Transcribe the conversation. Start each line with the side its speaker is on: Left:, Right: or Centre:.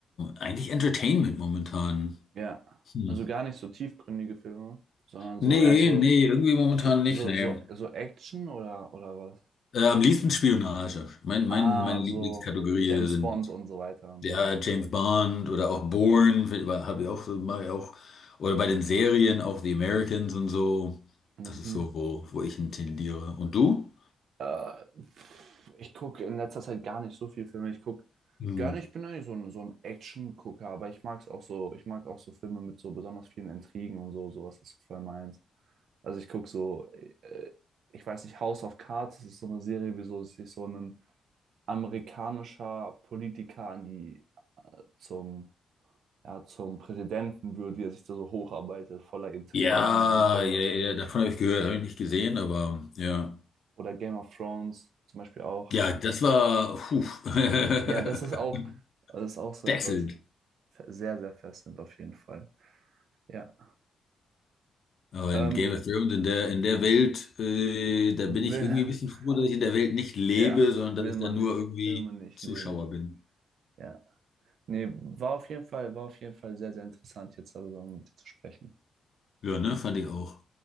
Left: eigentlich Entertainment momentan.
Right: Ja.
Left: Hm.
Right: Also gar nicht so tiefgründige Filme, sondern so
Left: Nee,
Right: erst so,
Left: nee, irgendwie momentan
Right: so,
Left: nicht,
Right: so,
Left: nee.
Right: so, so Action oder, oder was?
Left: Äh, am liebsten Spionage. Mein, mein,
Right: Ah,
Left: meine Lieblingskategorie
Right: so James
Left: sind
Right: Bond und so weiter und
Left: Ja,
Right: so weiter.
Left: James Bond oder auch Bourne, habe ich auch so, mache ich auch. Oder bei den Serien, auch The Americans und so.
Right: Mhm.
Left: Das ist so, wo, wo ich hin tendiere. Und du?
Right: Äh, pff, ich gucke in letzter Zeit gar nicht so viel Filme. Ich gucke
Left: Hm.
Right: gerne, ich bin eigentlich so ein, so ein Action-Gucker, aber ich mag es auch so, ich mag auch so Filme mit so besonders vielen Intrigen und so, sowas ist so voll meins. Also ich gucke so, äh, ich weiß nicht, House of Cards, das ist so eine Serie, wieso sich so ein amerikanischer Politiker an die äh, zum, ja, zum Präsidenten wird, wie er sich da so hocharbeitet, voller Intrigen
Left: Ja,
Right: und sowas.
Left: ja, ja, davon habe ich gehört, habe ich nicht gesehen, aber ja.
Right: Oder Game of Thrones zum Beispiel auch.
Left: Ja, das war puh, <laughs>
Right: Ja, das ist auch, das ist auch so
Left: wechselnd.
Right: etwas sehr, sehr fesselnd auf jeden Fall. Ja.
Left: Aber
Right: Ähm,
Left: in Game of Thrones, in der, in der Welt, äh, da
Right: will,
Left: bin ich irgendwie ein bisschen froh, dass ich in der Welt nicht
Right: <laughs>
Left: lebe,
Right: ja,
Left: sondern
Right: will
Left: dass ich
Right: man
Left: da nur
Right: nicht,
Left: irgendwie
Right: will man nicht
Left: Zuschauer
Right: leben.
Left: bin.
Right: Ja. Nee, war auf jeden Fall, war auf jeden Fall sehr, sehr interessant, jetzt darüber mit dir zu sprechen.
Left: Ja, ne, fand ich auch.